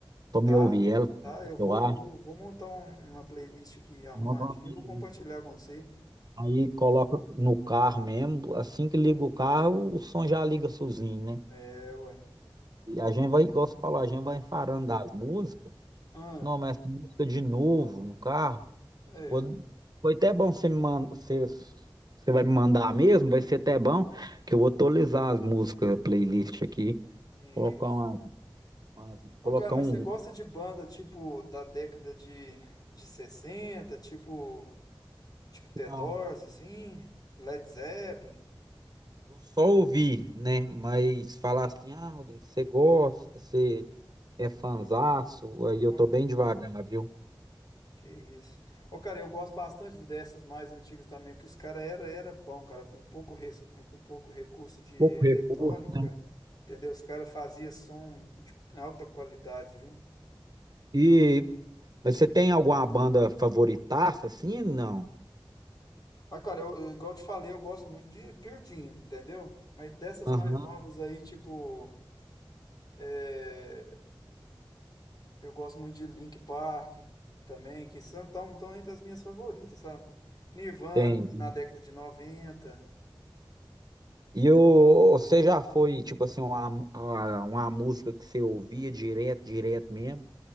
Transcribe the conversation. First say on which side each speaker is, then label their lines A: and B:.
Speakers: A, on the right (about 45°); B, on the left (about 45°).
A: pra me
B: Tá?
A: ouvir elas,
B: Tá?
A: ver o que
B: Eu
A: que
B: vou,
A: eu acho.
B: vou, vou montar um- uma playlist aqui arrumadinha
A: Manda uma playlist.
B: e vou compartilhar com você.
A: Aí coloca no carro mesmo. Assim que liga o carro, o som já liga sozinho, né?
B: É, ué.
A: E a gente vai, igual você falou, a gente vai enfarando das músicas.
B: Ah,
A: Não, mas essa música de novo no carro.
B: é.
A: Foi, foi até bom você me manda, você, você vai me mandar mesmo, vai ser até bom, que eu vou atualizar as músicas, playlist aqui,
B: Isso.
A: colocar umas, umas-
B: Ô,
A: colocar
B: cara, mas
A: um,
B: você gosta de banda tipo da década de, de 60 tipo. Tipo The
A: um-
B: Doors, assim, Led Zeppelin.
A: só ouvir, né? Mas falar assim, ah, Rodrigo, você gosta, você é fanzaço, aí eu
B: Ó,
A: tô bem devagar, viu?
B: que isso. Ô, cara, eu gosto bastante dessas mais antigas também, porque os caras era, era bom, cara, com pouco, res- com pouco recurso de
A: Pouco recurso,
B: eletrônica,
A: né?
B: entendeu? Os caras faziam som de alta qualidade, viu?
A: E, mas você tem alguma banda favoritaça, assim? Não.
B: Mas, cara, eu, eu- igual eu te falei, eu gosto muito de Pearl Jam, entendeu? Mas dessas
A: Aham,
B: mais novas aí, tipo eh, Eu gosto muito de Linkin Park também, que são tão, tão entre as minhas favoritas, sabe? Nirvana,
A: entendi.
B: que na década de 90
A: E o, você já foi, tipo assim, uma, uma, uma música que você ouvia direto, direto mesmo?